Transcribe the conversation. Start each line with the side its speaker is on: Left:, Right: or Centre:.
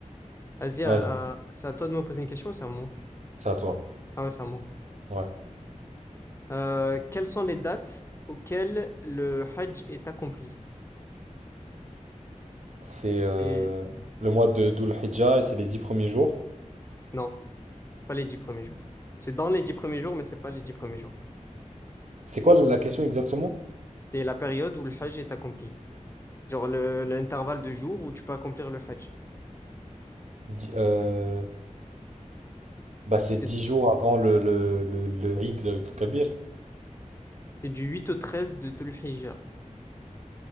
Left: Vas-y,
Right: Vas-y,
Left: à- c'est à toi de me poser une question ou c'est à moi?
Right: c'est à toi.
Left: Ah ouais, c'est à moi.
Right: Ouais.
Left: Euh, quelles sont les dates auxquelles le Hajj est accompli?
Right: C'est euh,
Left: Et
Right: le mois de Dhul-Hijjah et c'est les dix premiers jours.
Left: non, pas les dix premiers jours. C'est dans les dix premiers jours, mais c'est pas les dix premiers jours.
Right: C'est quoi la la question exactement?
Left: C'est la période où le Hajj est accompli. Genre le- l'intervalle de jours où tu peux accomplir le Hajj.
Right: Di- euh, bah c'est
Left: C'est
Right: 10 jours avant le le le, le Eid al-Kabir.
Left: c'est du 8 au 13 de Dhul Hijjah.